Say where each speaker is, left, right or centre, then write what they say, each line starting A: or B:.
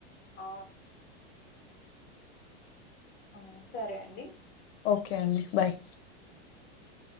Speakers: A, on the left (about 30°); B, on the left (about 70°).
A: ఆ ఆ సరే అండి
B: ఓకే అండి బాయ్
A: ఓకే